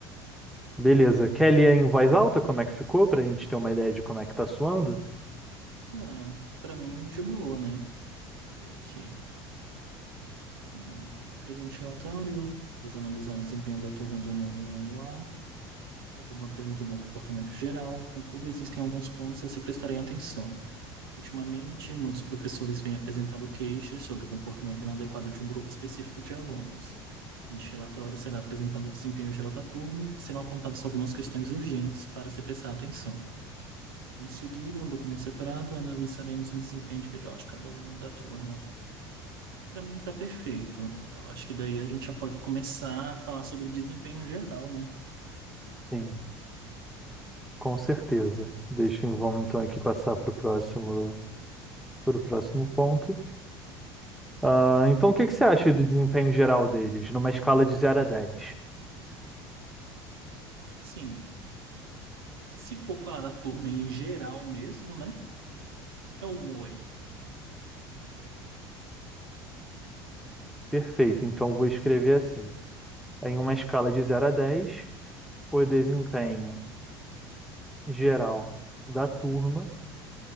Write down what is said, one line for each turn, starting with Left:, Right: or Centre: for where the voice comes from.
Centre: Beleza. Quer ler em voz alta como é que ficou, para a gente ter uma ideia de como é que está soando?
Right: Ah, pra mim, de boa, né? Deixa eu ler aqui. É, o presente relatório visa analisar o desempenho da turma do nono ano A. A turma apresenta um bom comportamento geral, contudo, existem alguns pontos a se prestarem atenção. Ultimamente, muitos professores vêm apresentando queixas sobre o comportamento inadequado de um grupo específico de alunos. Neste relatório será apresentado o desempenho geral da turma e serão apontadas algumas questões urgentes para se prestar atenção. Em seguida, em um documento separado, analisaremos o desempenho individual de cada aluno da turma. Para mim, está perfeito. Eu acho que daí a gente já pode começar a falar sobre o desempenho geral, né?
Centre: Sim, com certeza. Deixa, eu- vamos então aqui passar para o próximo, para o próximo ponto. Ah, então, o que que você acha do desempenho geral deles, numa escala de zero a dez?
Right: Sim, se for falar da turma em geral mesmo, né? É um oi.
Centre: Perfeito. Então, vou escrever assim. Em uma escala de zero a 10, o desempenho geral da turma,